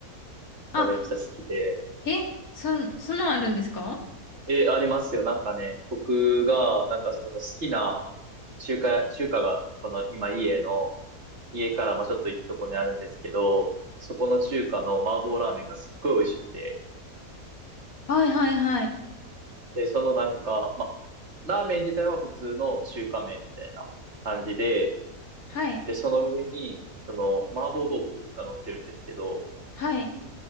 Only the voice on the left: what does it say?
あ、
え、そん、そんなんあるんですか
はいはいはい。
はい。
はい。